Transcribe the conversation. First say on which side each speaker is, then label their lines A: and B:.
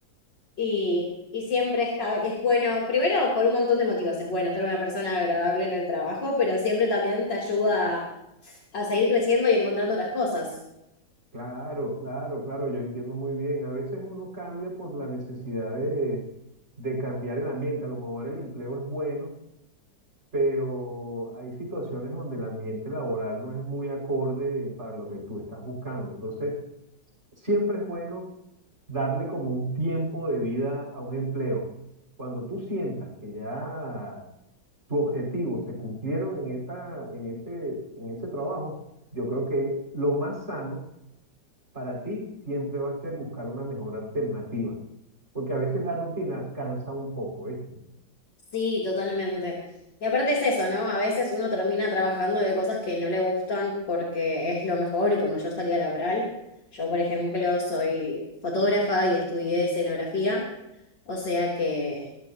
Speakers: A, on the left; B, on the right.
A: Y, y siempre está, es bueno, primero por un montón de motivos, es bueno ser una persona agradable en el trabajo, pero siempre también te ayuda a, seguir creciendo y encontrando otras cosas.
B: Claro, claro, claro, yo entiendo muy bien. A veces uno cambia por la necesidad de, de cambiar el ambiente. A lo mejor el empleo es bueno, pero hay situaciones donde el ambiente laboral no es muy acorde para lo que tú estás buscando. Entonces, siempre es bueno darle como un tiempo de vida a un empleo. Cuando tú sientas que ya tu objetivo se cumplieron en esa, en ese, en ese trabajo, yo creo que lo más sano para ti siempre va a ser buscar una mejor alternativa, porque a veces la rutina cansa un poco, ¿viste?
A: Sí, totalmente. Y aparte es eso, ¿no? A veces uno termina trabajando de cosas que no le gustan porque es lo mejor y con mayor salida laboral. Yo, por ejemplo, soy fotógrafa y estudié escenografía, o sea que